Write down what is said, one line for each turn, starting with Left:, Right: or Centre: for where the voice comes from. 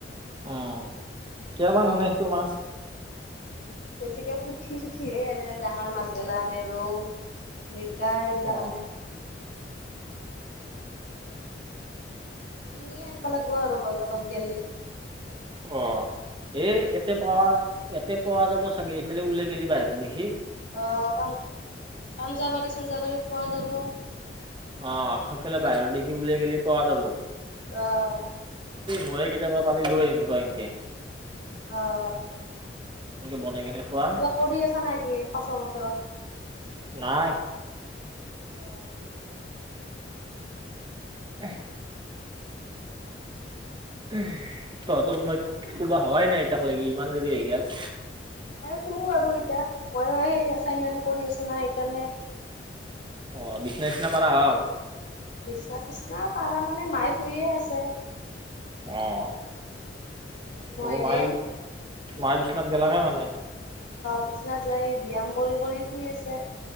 Right: উম, কিয়াবা ননে সেইটো মাছ।
Left: বেছিকে পুঠি চুঠিয়ে আনে ডাঙৰ মাছবেলা আনে ৰৌ, মিৰ গা এইবিলাক
Right: অ
Left: আনে। কিনিয়ে আনব লাগিব আৰু বজাৰত গলে।
Right: অ' এই এতে প এতে। পোৱা যাব চাগে এইফালে ওলাই গেলি বাহিৰত দেখি।
Left: আহ পান পাঞ্জাবাৰী, চাঞ্জাবাৰীত পোৱা যাব।
Right: অ' সেইফালে বাহিৰত দেখি উওলাই গেলি পুৱা যাব।
Left: আহ।
Right: মই কেতিয়াবা পালি লৈ আহিম ৰহ ইনকে।
Left: আহ
Right: বনে কেনে খুৱাম
Left: কিবা কৰি আছা নে কি সচ মচৰ?
Right: নাই।
Left: অ'।
Right: উ উ তহঁতৰ মই ক'বা হোৱাই নাই ইতাক লাগি ইমান দেৰি হৈ গল।
Left: শুউ আৰু এতিয়া মইো এই এচাইনমেন্ট কৰি আছো না সেইকাৰণে।
Right: অ বিচনা চিচনা পাৰা হ'ল।
Left: বিশচনা চিচনা পাৰা মানে মায়ে শুৰিয়ে আছে।
Right: আহ।
Left: মইহে
Right: অ মায়ে মায় বিচনাত গেলাকে মানে।
Left: বিচনা যায় ব্যায়াম কৰি কৰি শুই আছে।